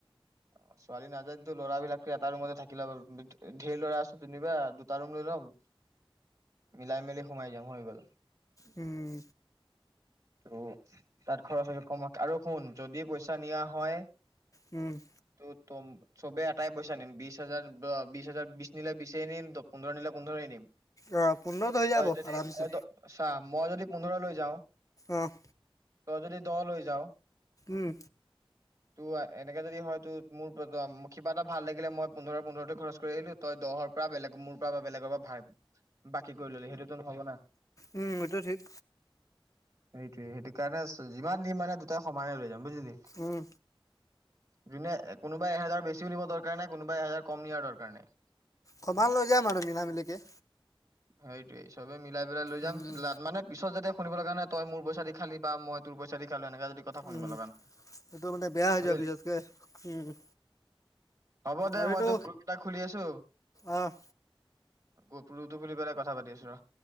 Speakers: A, on the right (about 35°); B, on the left (about 35°).
A: অ ছোৱালী নাযায় যো ল'ৰা বিলাকো এটা ৰুমতে থাকিলোৰ ধঢেৰ ল'ৰা আছে যেনিবা। তাৰুম লিলম মিলাই মেলি সোমাই যাম হৈ গ'ল।
B: উম!
A: ত' তাত খৰচ হলে কমক আৰু শুন যদি পইচা। নিয়া হয়
B: উম!
A: ত তম চবে। টাই পইচা নিম বিশ হাজাৰ বিশ হাজাৰ বিশ নিলে বিই নিম ত পোন্ধৰ নিলে পোন্ধৰই নিম
B: অ', পোন্ধৰত হৈ যাব
A: তই যদি
B: আৰামছে
A: মই চাহ মই যদি পোন্ধৰলৈৈ যাওঁ
B: অ',
A: তই যদি দল হৈ যাও।
B: উম,
A: ত এনেকাে যদি হয়। মোৰ কিবা এটা ভাল লাগিলে মই পোন্ধৰ পোন্ধৰ খৰচ কৰি আহিলো তই দহৰ পৰা বেলেগ মোৰ পৰা বা বেলেগৰ পৰা বাকী কৰি ললি সেইটোতটো নহব না!
B: উম এইটো ঠিক।
A: সেইটোয়ে সেইটো কাৰণে যিমান দিম মানে দুটাই সমানে লৈ যাম। বুজিলি?
B: উম,
A: যোনে কোনোবাই এহেজাৰ বেছিও নিব দৰকাৰ নাই কোনোবা এহেজাৰ কম নিয়াৰ দৰকাৰ নাই
B: কবমান লৈ যাম আৰু মিলা মিলিকে।
A: সেইটোৱেই সবেই মিল মিলাই পেলাই লৈ যাম
B: উম।
A: মানে পিছত যাতে শুনিবলগা নাই তই মোৰ পইচা দি খালি বা মই তেৰ পইচা দি খালে এনে কথা শুনিব
B: উম,
A: লগা নহয়
B: এইটো মানে বেয়া হৈ
A: বুজ
B: যাব পিছতকে উম!
A: হ'ব দে
B: আৰু
A: মই
B: এইটো
A: তোক গ্ৰুপ এটা খুলি আছো।
B: অ',
A: গ ৰুতু খুলি পেলাই কথা পাতি আছো ৰ।